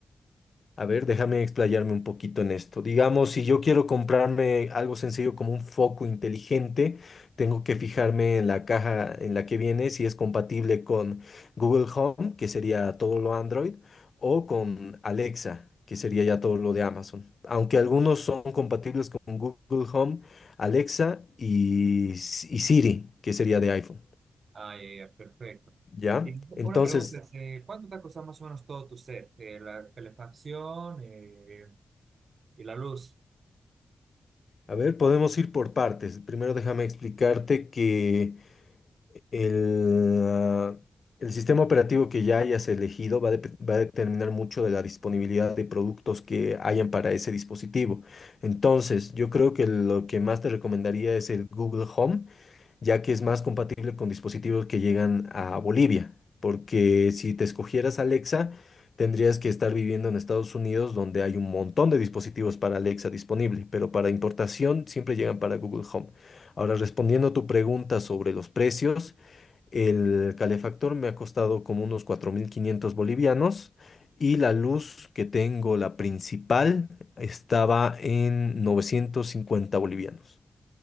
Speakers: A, on the left; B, on the right.
A: A ver, déjame explayarme un poquito en esto. Digamos, si yo quiero comprarme algo sencillo como un foco inteligente, tengo que fijarme en la caja en la que viene si es compatible con Google Home, que sería todo lo Android, o con Alexa, que sería ya todo lo de Amazon. Aunque algunos son compatibles con Google Home, Alexa y, S- y Siri, que sería de iPhone.
B: Ah, ya, ya, perfecto.
A: ¿Ya?
B: Y
A: Entonces,
B: una pregunta es, eh, ¿cuánto te ha costado más o menos todo tu set? Eh, la calefacción eh, y la luz.
A: a ver, podemos ir por partes. Primero déjame explicarte que... El, ah, el sistema operativo que ya hayas elegido va a, dep- va a determinar mucho de la disponibilidad de productos que hayan para ese dispositivo. Entonces, yo creo que lo que más te recomendaría es el Google Home, ya que es más compatible con dispositivos que llegan a Bolivia, porque si te escogieras Alexa, tendrías que estar viviendo en Estados Unidos, donde hay un montón de dispositivos para Alexa disponible, pero para importación siempre llegan para Google Home. Ahora, respondiendo a tu pregunta sobre los precios, el calefactor me ha costado como unos 4.500 bolivianos y la luz que tengo, la principal, estaba en 950 bolivianos.